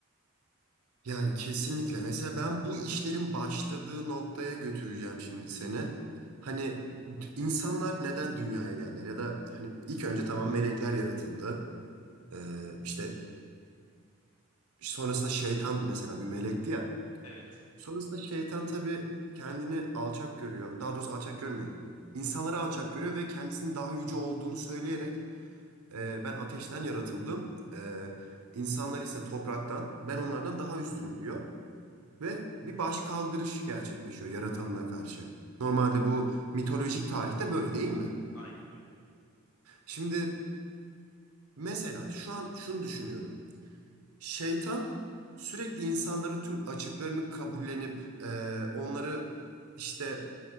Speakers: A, on the right; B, on the left.
A: Yani kesinlikle. Mesela ben bu işlerin başladığı noktaya götüreceğim şimdi seni. Hani d- insanlar neden dünyaya geldiler? Ya da hani ilk önce tamam melekler yaratıldı. Ee, işte sonrasında şeytan mesela bir melekti ya.
B: Evet,
A: Sonrasında şeytan tabii kendini alçak görüyor. Daha doğrusu alçak görmüyor. İnsanları alçak görüyor ve kendisinin daha yüce olduğunu söyleyerek "Ee, ben ateşten yaratıldım. Ee, insanlar ise topraktan. Ben onlardan daha üstünüm diyor ve bir başkaldırış gerçekleşiyor yaratanına karşı. Normalde bu mitolojik tarihte böyle değil mi?
B: aynen öyle.
A: Şimdi mesela şu an şunu düşünüyorum. Şeytan sürekli insanların tüm açıklarını kabullenip e, onları işte